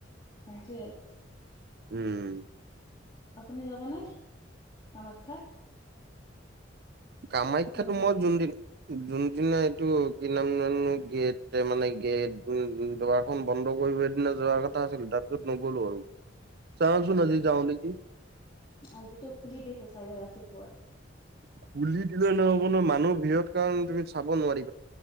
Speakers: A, on the left (about 25°); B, on the right (about 55°).
A: তাকে
B: উম।
A: আপুনি যাব নে কামাখ্যা?
B: কামাখ্যাটো
A: মন্দিৰ
B: মই যোন দিন যোনদিনা এইটো কি নাম জানো গেট মানে গেট উ দবাৰখন বন্ধ কৰিব দিনা যোৱা কথা আছিল তাৰ পাছত নগ'লো আৰু চাওচোন আজি যাওঁ নেকি।
A: আজি ত খুলি দিছে চাগে ৰাতিপুৱাই।
B: খুলি দিলে নহ'ব নহয় মানুহ ভিৰ কাৰণে তুমি চাব নোৱাৰি।